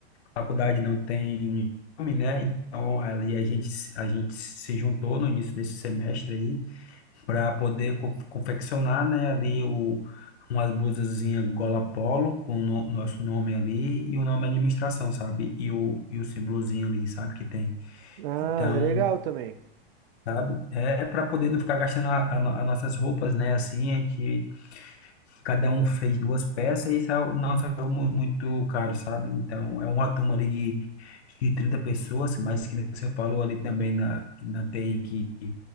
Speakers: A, on the left; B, on the right.
A: faculdade não tem um nome, né? Então ali a gente, a gente se juntou no início desse semestre aí para poder co- confeccionar, né, ali o, umas blusazinha gola polo com o no- nosso nome ali e o nome administração, sabe? E o, e o símbolozinho ali, sabe, que tem.
B: Ah,
A: Então,
B: legal também.
A: sabe? É para poder não ficar gastando as nossas roupas, né? Assim, a gente cada um fez duas peças e saiu, não saiu mu- muito caro, sabe? Então, é uma turma ali de, de 30 pessoas, mas que nem você falou ali também na, na TI que